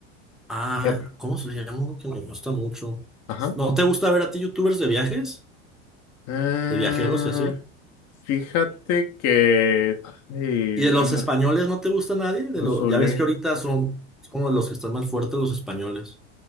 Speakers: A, in the centre; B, on the left.
A: Ah,
B: pero-
A: ¿cómo se llama uno que me gusta mucho?
B: ajá.
A: ¿No te gusta ver a ti youtubers de viajes?
B: Ah,
A: ¿De viajeros y así?
B: fíjate que, ay,
A: ¿Y de los
B: anda,
A: españoles no te gusta nadie? De
B: lo
A: lo...
B: solé.
A: Ya ves que ahorita son como de los que están más fuertes los españoles.